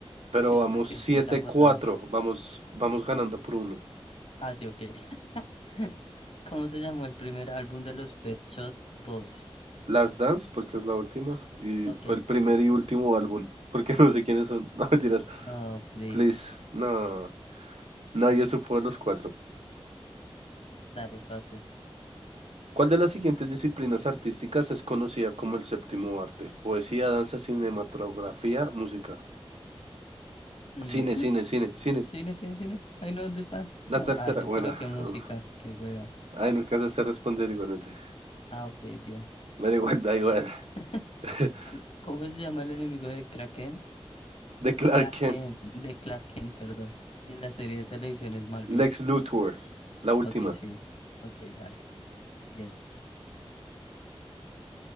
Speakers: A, on the right; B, on the left.
A: Pero
B: porque el
A: vamos
B: tiempo
A: siete
B: se ha agotado.
A: cuatro. Vamos, vamos ganando por uno.
B: Ah, sí, ok. <laughs> ¿Cómo se llamó el primer álbum de los Pet Shop Boys?
A: Last Dance, porque es la última, y
B: Ok,
A: fue el primer y último álbum, porque <laughs> no sé quiénes son. No, mentiras.
B: no, please.
A: Please, no, nadie supo de los cuatro.
B: Dale, paso.
A: ¿Cuál de las siguientes disciplinas artísticas es conocida como el séptimo arte? Poesía, danza, cinematografía, música.
B: Mm,
A: Cine,
B: mm,
A: cine, cine, cine.
B: Cine, cine, cine. Ay, no, ¿dónde está?
A: La
B: No,
A: tercera,
B: ay, yo
A: bueno,
B: coloqué música.
A: uf.
B: Qué hueva.
A: Ay, no alcanzaste a responder igualmente.
B: Ah, ok, bien.
A: Me igual, da igual.
B: <laughs>
A: <laughs>
B: C- ¿Cómo se llama el enemigo de Kraken?
A: De Clark
B: Clark
A: Kent,
B: Kent, de Clark Kent, perdón, en la serie de televisión Smallville.
A: Lex Luthor, la última.
B: Ok, sí. Ok, dale. Bien.